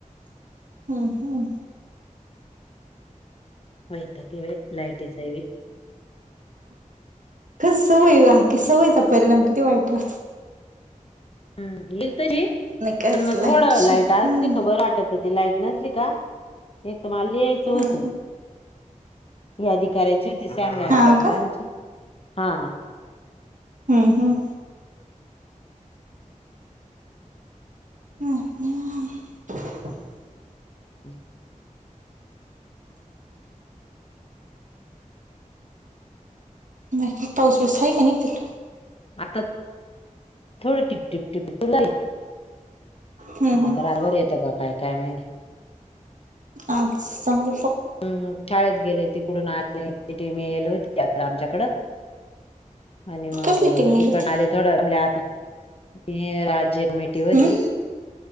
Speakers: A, on the right; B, on the left.
A: हम्म हम्म
B: होत किवा लायटीच ब
A: खस सवय ला की सवयीचा परिणाम किती वाईट वा
B: हम् येईल तरी
A: काहीच
B: पण मग थोडं
A: शिवाय
B: लाईट अस
A: हम्म.
B: असली खबर वाटत ती लाईट नसली का एक तर मला ल यायचं होत
A: हम्म.
B: यादी करायची होती सांडच्या
A: हा
B: मलांची
A: का
B: हा
A: हम्म हम्म ह नाही
B: हम
A: बाकी पाऊस बस आहे क त
B: आता थोडं टिपटिप टिप चु
A: हम्म
B: म
A: हम्म
B: तर अरवर येतो का काय काय मिल
A: अच सांग
B: हम् शाळेत गेले त डूनी म येल होती आमच्याकड आणि मग
A: कसली टीम येईल
B: तिकन
A: होती
B: आले थोडं म्ह आता त राज्य कमेटी होती
A: हम्म